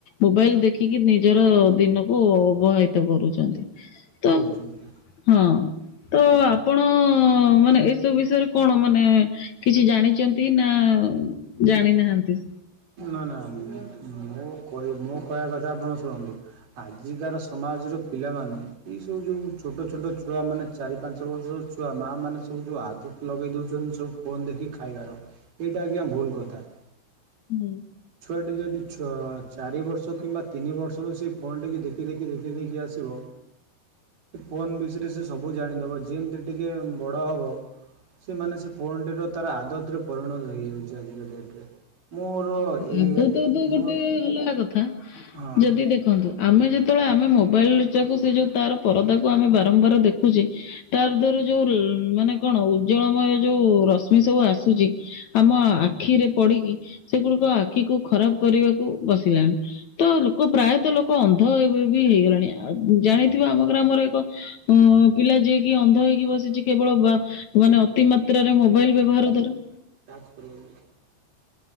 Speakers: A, on the left (about 55°); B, on the right (about 55°).
A: ମୋବାଇଲ୍ ଦେଖିକି ନିଜର ଦିନ ଓ ଅବହିତ କରୁଚନ୍ତି ତ
B: ଛନ୍ତି।
A: ହଁ ତ ଆପଣ ମାନେ ଏଇସବୁ ବିଷୟରେ କଣ ମାନେ କିଛି ଜାଣିଚନ୍ତି ନା ଜାଣି ନାହାନ୍ତି?
B: ନା ନା ମୁଁ କହି ମୋ କହିବା କଥା ଆପଣ ଶୁଣନ୍ତୁ ଆଜିକାର ସମାଜର ପିଲାମାନେ ଏଇସବୁ ଯୋଉ ଛୋଟ ଛୋଟ ଛୁଆମାନେ ଚାରି ପାଞ୍ଚ ବର୍ଷ ଛୁଆ ମାଆ ମାନେ ସବୁ ଯୋଉ ଆଦତ୍ ଲଗେଇ ଦଉଚନ୍ତି ସବୁ ଫୋନ୍ ଦେଖିକି ଖାଇବାର ଏଇଟା ଆଜ୍ଞା ଭୁଲ୍ କଥା।
A: ହୁଁ।
B: ଛୁଆଟି ଯଦି ଛ ଚାରି ବର୍ଷ କିମ୍ବା ତିନି ବର୍ଷରୁ ସେ ଫୋନ୍ ଟିକୁ ଦେଖି ଦେଖି ଦେଖି ଦେଖି ଆସିବ ଫୋନ୍ ବିଷୟରେ ସେ ସବୁ ଜାଣିଦେବ ଯେମିତି ଟିକେ ବଡ଼ ହବ ସେମାନେ ସେ ଫୋନ୍ ଟିର ତାର ଆଦତ୍ ରେ ପରିଣତ ହେଇଯାଉଚି ଆଜିକା ଡେଟ୍ ରେ ମୋର ଏ
A: ଆଦତ୍ ତ
B: ମୋ
A: ଗୋଟେ ଅଲଗା କଥା
B: ହଁ।
A: ଯଦି ଦେଖନ୍ତୁ ଆମେ ଯେତେବେଳେ ଆମେ ମୋବାଇଲ ଲୁଚାକୁ ସେ ଯଉ ତାର ପରଦାକୁ ଆମେ ବାରମ୍ବାର ଦେଖୁଚେ ତାର ଦେରୁ ଯଉ ମାନେ କଣ ଉଜ୍ଜଳମୟ ଯଉ ରଶ୍ମି ସବୁ ଆସୁଚି ଆମ ଆଖିରେ ପଡିକି ସେଗୁଡିକ ଆଖିକୁ ଖରାପ କରିବାକୁ ବସିଲାଣି। ତ ଲୋକ ପ୍ରାୟତ ଲୋକ ଅନ୍ଧ ବି ହେଇଗଲାଣି ଆ ଜାଣିଥିବ ଆମ ଗ୍ରାମରେ ଏକ ଅ ପିଲା ଯିଏକି ଅନ୍ଧ ହେଇକି ବସିଚି କେବଳ ବା ମାନେ ଅତି ମାତ୍ରାରେ ମୋବାଇଲ୍ ବ୍ୟବହାର ଦର
B: <unintelligible>